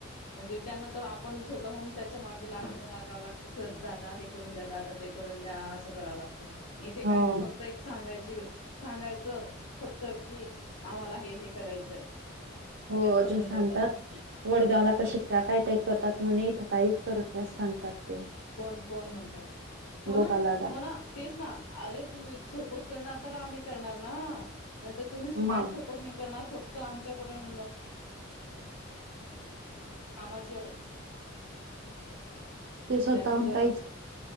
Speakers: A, on the left; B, on the right.
A: म्हणजे त्यांना तर आपण स्वतःहून त्याच्या मागे लाग लागावं लागतं सर दादा हे करून द्या दादा ते करून द्या असं करावं लागतं इथे काय
B: हो
A: नाही फक्त एक सांगायची सांगायचं फक्त की आम्हाला हे हे करायचंय लगेच
B: हो अजून
A: करून
B: सांगतात.
A: देतात
B: वडगावला कसे काय, काय करतात म्हणे इथं काहीच करत नाही असं सांगतात ते.
A: कोण, कोण म्हणतय हो
B: गोपालदादा
A: ना, हो ना, तेच ना अरे तुम्ही सपोर्ट करणार तर आम्ही करणार ना नाहीतर तुम्ही काही
B: मग
A: सपोर्ट नाही करणार फक्त आमच्याकडून कामाचे
B: ते स्वतःहून
A: त्यांनी जर,
B: काहीच